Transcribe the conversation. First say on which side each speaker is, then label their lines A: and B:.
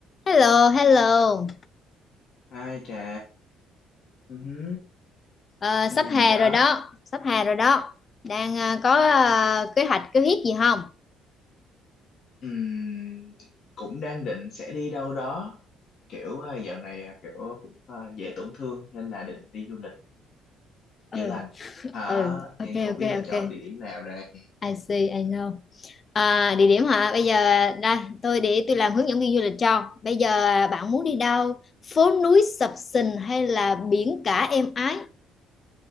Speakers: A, on the left; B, on the left.
A: Hello, hello.
B: Hai trà, ừ hứ,
A: Ờ,
B: Đang
A: sắp
B: làm
A: hè
B: gì đó?
A: rồi đó, sắp hè rồi đó. Đang ờ, có ờ, kế hoạch kế hoạch gì không?
B: Ừm, cũng đang định sẽ đi đâu đó. Kiểu ờ, dạo này ờ, kiểu cũng ờ, dễ tổn thương nên là định đi du lịch
A: Ừ,
B: chữa lành. Hả?
A: ừ, ok,
B: Nhưng không
A: ok,
B: biết là chọn
A: ok.
B: địa điểm nào đây.
A: I see, I know. À, địa điểm hả? Bây giờ đây, tôi để tôi làm hướng dẫn viên du lịch cho. Bây giờ bạn muốn đi đâu? Phố núi sập sình hay là biển cả êm ái?